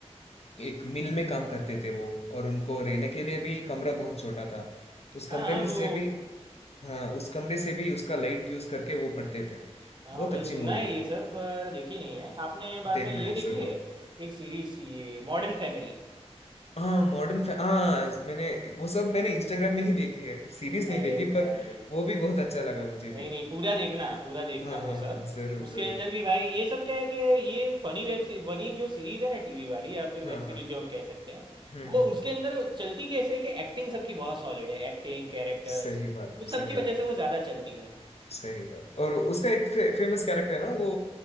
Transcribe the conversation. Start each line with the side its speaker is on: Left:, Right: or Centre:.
Left: एक मिल में काम करते थे वो और उनको रहने के लिए भी कमरा बहुत छोटा था उस कमरे
Right: हाँ हाँ
Left: में
Right: वो
Left: से भी हाँ उस कमरे से भी उसका लाइट यूज करके वो पढ़ते थे
Right: हाँ
Left: बहुत
Right: भाई
Left: अच्छी
Right: सुना
Left: मूवी
Right: है
Left: है
Right: ये सब पर देखी नहीं है आपने बाद
Left: देखना
Right: में ये
Left: है
Right: देखी
Left: जरूर
Right: है एक सीरीज थी ये मॉडर्न फैमिली
Left: हाँ मॉडर्न हाँ मैंने वो सब मैंने इंस्टाग्राम में ही देखी है सीरीज नहीं
Right: अरे
Left: देखी
Right: भाई
Left: पर वो भी बहुत अच्छा लगा मुझे
Right: नहीं
Left: भी
Right: नहीं पूरा देखना पूरा देखना
Left: हाँ
Right: वो
Left: हाँ
Right: सब
Left: हाँ जरूर
Right: उसके
Left: जरूर
Right: अंदर भी भाई ये सब क्या है कि ये फनी वेब फनी जो सीरीज है ना टीवी वाली या फिर
Left: हाँ
Right: वेब
Left: हाँ
Right: सीरीज जो हम कह सकते हैं
Left: हम्म हम्म
Right: वो उसके
Left: हम्म
Right: अंदर चलती कैसे है कि एक्टिंग सबकी बहुत सॉलिड है एक्टिंग कैरेक्टर्स
Left: सही बात
Right: उस
Left: सही
Right: सब की
Left: बात
Right: वजह से वो ज़्यादा चलती है
Left: सही बात और उसका एक फे, फेमस कैरेक्टर है ना वो